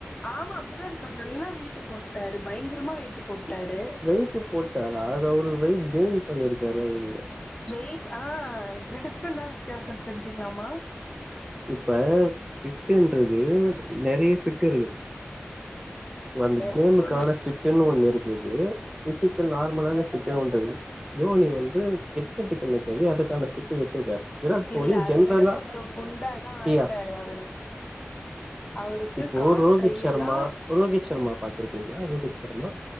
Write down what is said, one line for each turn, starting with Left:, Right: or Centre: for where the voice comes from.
Left: ஆமா அப்பிடி தா இருக்காரு நல்லா வெய்ட்டு போட்டாரு பயங்கரமா வெய்ட்டு போட்டாரு
Right: வெய்ட்டு போட்டாரா அது அவுரு வெயிட் கெய்ன் பண்ணீருக்காரு அவுரு
Left: வெய்ட் ஆ ரெண்டுத்துக்கு என்ன வித்தியாசோ தெர்ஞ்சிக்லாமா
Right: இப்ப ஃபிட்டுன்றது நெறைய ஃபிட்டிருக்கு வந்து
Left: ம்
Right: கேமுக்கான ஃபிட் ட்டுன் ஒன்னுருக்குது ஃபிசிக்கல் நார்மலான ஃபிட்டுன் ஒன்ருக்குது தோனி வந்து கிரிக்கெட்டுக்கென்ன தேவையோ அதுக்கான ஃபிட்டு வச்சிருக்காரு விராட்
Left: இல்ல
Right: கோலி
Left: அத
Right: ஜென்ரலா
Left: விட கொஞ்சோ குண்டா <unintelligible> தா ஆய்ட்டாரு
Right: யா
Left: அவுரு அவுருக்கு
Right: இப்போ
Left: கால்
Right: ரோஹித்
Left: கையெல்லா
Right: சர்மா ரோஹித் சர்மா பாத்துருக்கீங்களா ரோஹித் சர்மா